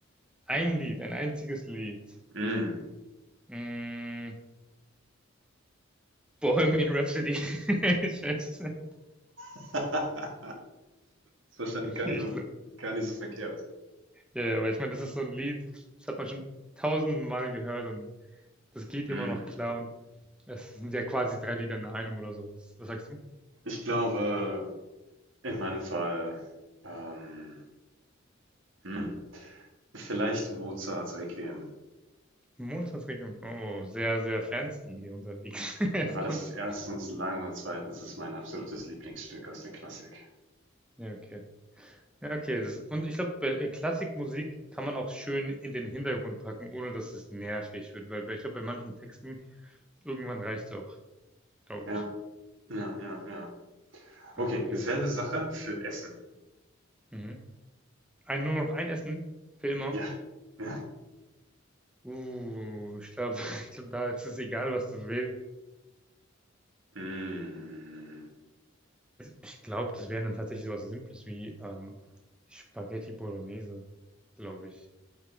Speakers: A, in the centre; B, on the right (about 70°).
A: ein Lied, ein einziges Lied.
B: Mm.
A: Hm, Bohemian Rhapsody. <laughs> Ich weiß es nicht.
B: <laughs> Das Ist wahrscheinlich gar
A: Ich
B: nicht so,
A: glaube
B: gar nicht so verkehrt.
A: ja, ja, weil ich meine, das ist so ein Lied, das hat man schon tausendmal gehört und das geht
B: Mm.
A: immer noch klar und es sind ja quasi 3 Lieder in einem oder so was. Was sagst du?
B: Ich glaube, in meinem Fall, ähm, hm, vielleicht Mozarts Requiem,
A: Montagsregelung. Oh, sehr, sehr fancy hier unterwegs. <laughs>
B: weil das ist erstens lang und zweitens ist mein absolutes Lieblingsstück aus der Klassik.
A: Ja, okay. Ja, okay. Das, und ich glaube, bei äh, Klassikmusik kann man auch schön in den Hintergrund packen, ohne dass es nervig wird, weil bei- ich glaube, bei manchen Texten irgendwann reicht es auch, glaube
B: Ja,
A: ich.
B: ja, ja, ja.
A: Ah,
B: Okay,
A: okay.
B: selbe
A: s-
B: Sache für Essen.
A: Mhm. Ein, nur noch ein Essen für immer.
B: Ja, ja.
A: Uh, ich glaube, <laughs> ich glaub, da ist es egal, was du wählst.
B: Mm.
A: Ich glaube, das wäre dann tatsächlich sowas Simples wie ähm, Spaghetti Bolognese, glaube ich.